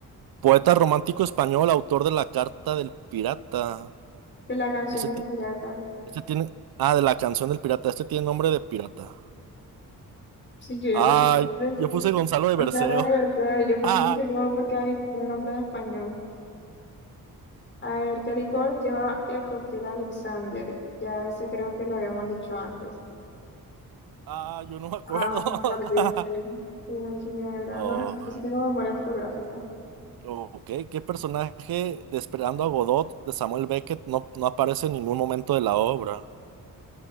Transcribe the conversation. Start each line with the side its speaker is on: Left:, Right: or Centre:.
Right: Poeta romántico español, autor de La Carta del Pirata.
Left: De la canción
Right: Este,
Left: del
Right: ti-
Left: pirata.
Right: este tiene, ah, de la canción del pirata. Este tiene nombre de pirata.
Left: Sí, yo,
Right: Ay,
Left: por ejemplo,
Right: yo puse Gonzalo de
Left: o
Right: Berceo.
Left: sea, lo de verdad, yo puse
Right: Ah,
Left: un pecado porque ahí estoy con un nombre de español. A ver, ¿qué licor lleva el cóctel Alexander? Ya ese creo que lo habíamos dicho antes.
Right: ah, yo no me acuerdo.
Left: Ah,
Right: <laughs>
Left: por Dios, una ginebra.
Right: Oh,
Left: No, sí, yo sí tengo memoria fotográfica.
Right: ok, ¿qué personaje de Esperando a Godot de Samuel Beckett no, no aparece en ningún momento de la obra?